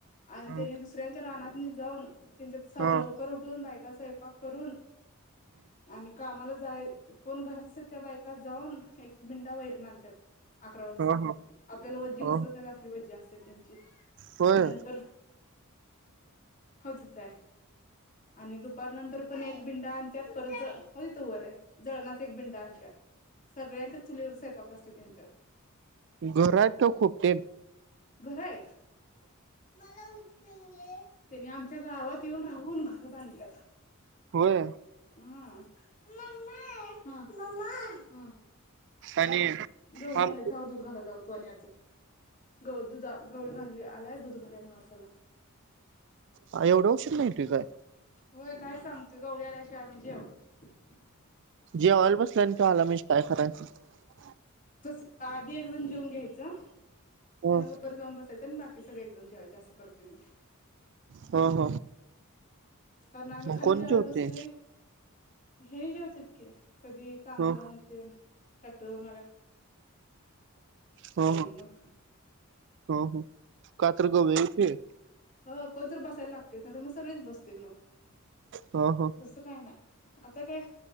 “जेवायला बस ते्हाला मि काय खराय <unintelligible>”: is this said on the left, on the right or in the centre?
Right